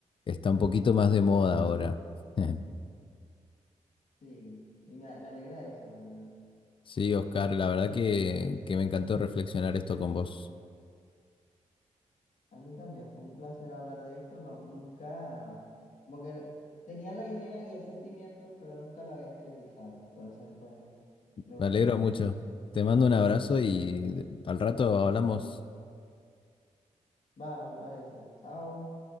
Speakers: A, on the left; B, on the left.
A: está un poquito más de moda ahora. <laughs>
B: Sí, y me, me alegra eso, la verdad.
A: Sí, Oscar, la verdad que, que me encantó reflexionar esto con vos.
B: A mí también fue un placer hablar de esto. No, nunca, como que tenía la idea y el sentimiento, pero nunca la había exteriorizado. Entonces fue, me gustó.
A: Me alegro mucho. Te mando un abrazo y al rato hablamos.
B: Va, me parece. Chao.